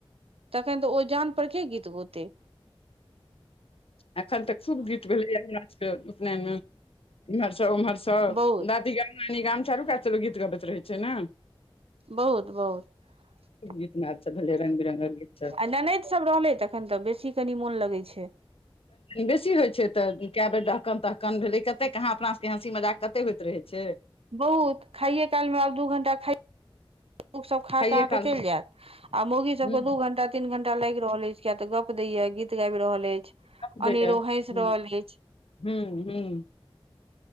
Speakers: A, on the right (about 80°); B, on the left (about 75°).
A: तखन तऽ ओ जान पर के गीत गोते?
B: एखन तऽ खूब गीत भेलैया हमरा सबके उपनयन इम्हर उम्हर र सब
A: बहुत
B: दादी गाम नानी गाम चारू क गीत गबैत रहै छैय ने
A: बहुत बहुत
B: खूब गीत नाद सब भेलै रंग बिरंगक गीत सब
A: आ ननैद सब रहलै तखन तऽ बेसी कनि मोन लग करै छै
B: बेसी होइ छै तऽ कए बेर डहकन तहकन भेलै कतेक कहाँ अपना सभके हँसी मजाक कते होइत रहै छै
A: बहुत खाइयए कालमे आब दू घण्टा खाइ सब खा
B: खाइये
A: ता
B: काल
A: के चलि जायत आ मोगी सबके
B: हुँ
A: दू घं्टा तीन घंटा टा लागि रहल अछि किया तऽ गप दय गीत गाबि रहल अछि
B: गप दैये
A: अनेरो
B: हुँ
A: हँस रहल अछि
B: हुँ हुँ